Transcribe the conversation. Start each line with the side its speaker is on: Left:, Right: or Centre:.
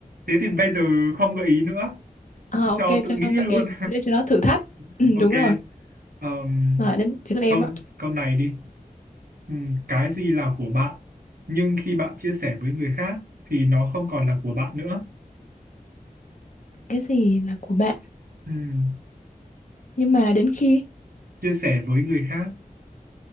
Right: thế thì bây giờ không gợi ý nữa
Left: à, ok
Right: cho tự
Left: cho
Right: nghĩ
Left: không gợi
Right: luôn
Left: ý để cho nó thử thách
Right: <laughs>
Left: ừ,
Right: ok
Left: đúng rồi
Right: Ờm,
Left: rồi đến đến lượt em
Right: câu
Left: á
Right: câu này đi. Ừm, cái gì là của bạn nhưng khi bạn chia sẻ với người khác thì nó không còn là của bạn nữa.
Left: cái gì là của bạn
Right: Ừm,
Left: nhưng mà đến khi
Right: chia sẻ với người khác.